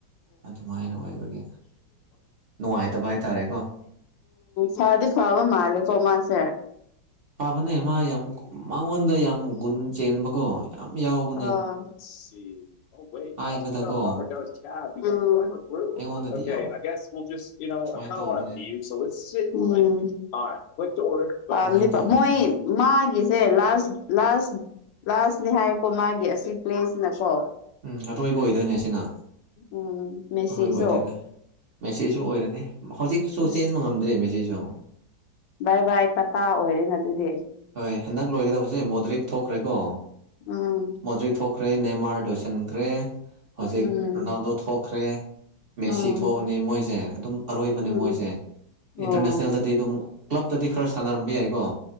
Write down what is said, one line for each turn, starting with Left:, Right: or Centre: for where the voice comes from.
Right: ꯑꯗꯨꯃꯥꯏꯅ ꯑꯣꯏꯕꯒꯤ ꯅꯨꯡꯉꯥꯏꯇꯕ ꯍꯥꯏꯇꯥꯔꯦꯀꯣ
Left: ꯐꯗꯤ ꯐꯕ ꯃꯥꯜꯂꯦ ꯀꯣ ꯃꯥꯁꯦ
Right: ꯐꯥꯕꯅꯦ ꯃꯥ ꯌꯥꯝ ꯃꯉꯣꯟꯗ ꯌꯥꯝ ꯒꯨꯟ ꯆꯦꯟꯕꯀꯣ ꯌꯥꯝ ꯌꯥꯎꯕ
Left: ꯑꯣ <unintelligible> ꯎꯝ <unintelligible> <unintelligible> ꯎꯝ <unintelligible>
Right: ꯍꯥꯏꯕꯗꯀꯣ ꯑꯩꯉꯣꯟꯗꯗꯤ ꯌꯥꯝ ꯁꯨꯃꯥꯏꯅ ꯇꯧꯕꯅꯦ
Left: ꯄꯥꯝꯅꯦꯕ
Right: ꯑꯗꯨꯃꯥꯏꯅ ꯇꯧꯕꯅꯦ
Left: ꯃꯣꯏ
Right: ꯑꯗ
Left: ꯃꯥꯒꯤꯁꯦ ꯂꯥꯁ ꯂꯥꯁ ꯂꯥꯁꯅꯦ ꯍꯥꯏ ꯀꯣ ꯃꯥꯥꯒꯤ ꯑꯁꯤ ꯄ꯭ꯂꯦꯁꯅꯤꯅꯀꯣ
Right: ꯎꯝ ꯑꯇꯣꯏꯕ ꯑꯣꯏꯗꯣꯏꯅꯦ ꯁꯤꯅ
Left: ꯎꯝ ꯃꯦꯁꯤꯁꯨ
Right: ꯑꯔꯣꯏꯕ ꯑꯣꯏꯗꯣꯏꯅꯦ ꯃꯦꯁꯤꯁꯨ ꯑꯣꯏꯔꯅꯤ ꯍꯧꯖꯤꯛꯁꯨ
Left: ꯑꯁ
Right: ꯆꯦꯟꯕ ꯉꯝꯗ꯭ꯔꯦ ꯃꯦꯁꯤꯁꯨ
Left: ꯕꯥꯏ ꯕꯥꯏ ꯇꯥꯇꯥ ꯑꯣꯏꯔꯦꯅ ꯑꯗꯨꯗꯤ
Right: ꯍꯣꯏ ꯍꯟꯗꯛ ꯂꯣꯏꯒꯗꯧꯕꯁꯦ ꯃꯣꯗ꯭ꯔꯤꯛ ꯊꯣꯛꯈ꯭ꯔꯦꯀꯣ
Left: ꯎꯝ
Right: ꯃꯣꯗ꯭ꯔꯤꯛ ꯊꯣꯛꯈ꯭ꯔꯦ ꯅꯦꯃꯥꯔ ꯂꯣꯏꯁꯤꯟꯈ꯭ꯔꯦ ꯍꯧꯖꯤꯛ
Left: ꯎꯝ
Right: ꯔꯣꯅꯥꯜꯗꯣ ꯊꯣꯛꯈ꯭ꯔꯦ ꯃꯦꯠꯁꯤ
Left: ꯎꯝ
Right: ꯊꯣꯛꯑꯅꯤ ꯃꯣꯏꯁꯦ ꯑꯗꯨꯝ ꯑꯔꯣꯏꯕꯅꯦ
Left: ꯎꯝ
Right: ꯃꯣꯏꯁꯦ ꯏꯟꯇꯔꯅꯦꯁꯅꯦꯜꯗꯗꯤ
Left: ꯑꯣ
Right: ꯑꯗꯨꯝ ꯀ꯭ꯂꯞꯇꯗꯤ ꯈꯔ ꯁꯥꯟꯅꯔꯝꯕ ꯌꯥꯏꯀꯣ